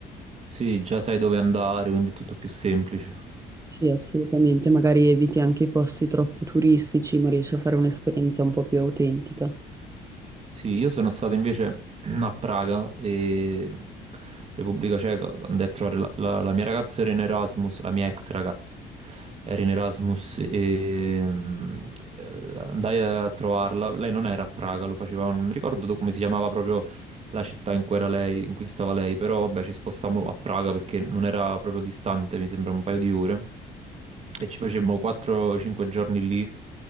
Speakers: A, on the right; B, on the right.
A: Sì, già sai dove andare, quindi è tutto più semplice.
B: Sì, assolutamente, magari eviti anche i posti troppo turistici, ma riesci a fare un'esperienza un po' più autentica.
A: Sì, io sono stato invece <clears throat> a Praga, e Repubblica Ceca, andai a trovare la, la- la mia ragazza era in Erasmus, la mia ex ragazza era in Erasmus e mm, eh, andai a trovarla. Lei non era a Praga, lo faceva, non mi ricordo do- come si chiamava proprio la città in cui era lei, in cui stava lei, però vabbè ci spostammo a Praga perché non era proprio distante, mi sembra un paio di ore. E ci facemmo 4-5 giorni lì